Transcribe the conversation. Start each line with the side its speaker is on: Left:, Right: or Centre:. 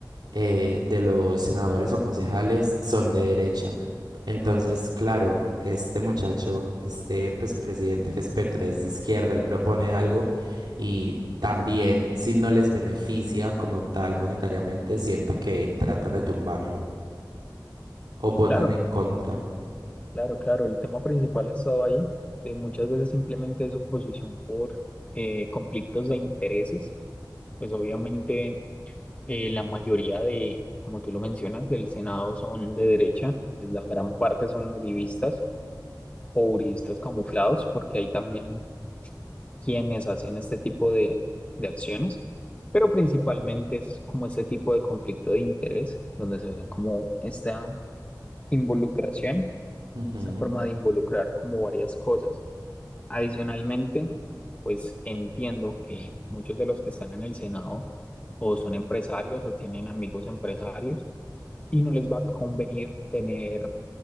Right: eh, de los senadores o concejales son de derecha. Entonces, claro, este muchacho, este pues, presidente que es Petro es de izquierda, él propone algo y también si no les beneficia como tal monetariamente, siento que tratan de tumbarlo o votan
Left: Claro,
Right: en contra.
Left: Claro, claro, el tema principal ha estado ahí, de muchas veces simplemente es oposición por eh, conflictos de intereses, pues obviamente eh, la mayoría de, como tú lo mencionas, del Senado son de derecha, pues, la gran parte son uribistas o uribistas camuflados, porque hay también quienes hacen este tipo de, de acciones, pero principalmente es como este tipo de conflicto de interés, donde se ve como esta involucración,
Right: Ujú,
Left: esta forma de involucrar como varias cosas. Adicionalmente, pues entiendo que muchos de los que están en el Senado o son empresarios o tienen amigos empresarios y no les va a convenir tener